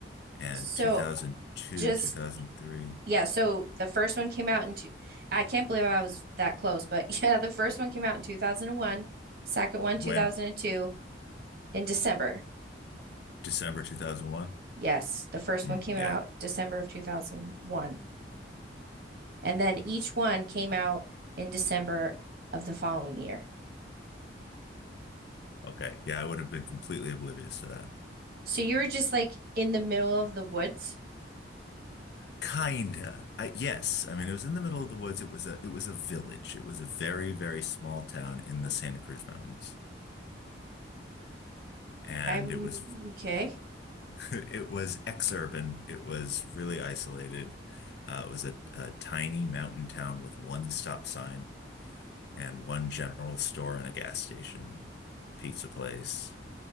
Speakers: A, on the left; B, on the right.
A: And
B: So
A: 2002,
B: just
A: 2003,
B: yeah, so the first one came out in two, I can't believe I was that close, but <laughs> yeah, the first one came out in 2001, second one
A: when
B: 2002 in December.
A: December 2001.
B: Yes, the first
A: Mm,
B: one came
A: yeah,
B: out December of 2001. And then each one came out in December of the following year.
A: Okay. Yeah, I would have been completely oblivious to that.
B: So you were just like in the middle of the woods.
A: Kinda. I, yes. I mean, it was in the middle of the woods. It was a it was a village. It was a very, very small town in the Santa Cruz Mountains. And
B: I'm
A: it was
B: okay.
A: <laughs> it was ex-urban. It was really isolated. Uh, it was a, a tiny mountain town with one stop sign and one general store and a gas station, pizza place,